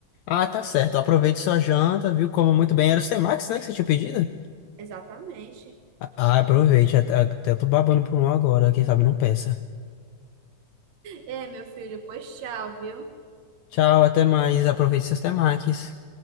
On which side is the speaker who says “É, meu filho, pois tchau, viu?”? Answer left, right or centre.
Right